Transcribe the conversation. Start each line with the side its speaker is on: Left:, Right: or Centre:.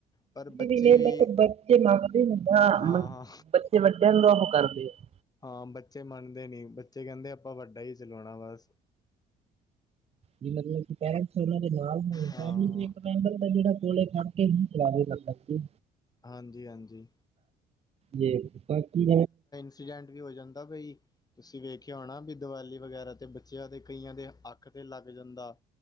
Left: ਪਰ ਬੱਚੇ
Right: ਨੀ
Left: ਵੀ
Right: ਵੈਸੇ ਬੱਚੇ ਮੰਗਦੇ ਨੇ ਬਾ।
Left: ਹਾਂ ਹਾਂ
Right: ਬੱਚੇ ਵੱਡੇਆਂ ਨੂੰ ਓ ਕਰਦੇ ਆ।
Left: ਹਾਂ ਬੱਚੇ ਮੰਨਦੇ ਨੀ ਬੱਚੇ ਕੈਂਦੇ ਆਪਾਂ ਵੱਡਾ ਈ ਚਲਾਓਣਾ ਬਸ
Right: ਵੀ ਮਤਲਬ ਕਿ ਪੇਰੈਂਟਸ ਓਨਾਂ ਦੇ ਨਾਲ ਹੋਣ
Left: ਹਾਂ
Right: ਤਾਂ ਵੀ ਜੇੜਾ ਕੋਲੇ ਖੜ ਕੇ ਹੀ ਚਲਾਵੇ ਪਟਾਕੇ।
Left: ਹਾਂਜੀ ਹਾਂਜੀ।
Right: ਜੇ ਬਾਕੀ
Left: ਸੀਡੈਂਟ ਵੀ ਹੋ ਜਾਂਦਾ ਬਈ। ਤੁਸੀ ਵੇਖੇਆ ਹੋਣਾ ਬੀ ਦੀਵਾਲੀ ਵਗੈਰਾ ਤੇ ਬੱਚੇਆਂ ਦੇ ਕਈਆਂ ਦੇ ਅੱਖ ਤੇ ਲੱਗ ਜਾਂਦਾ।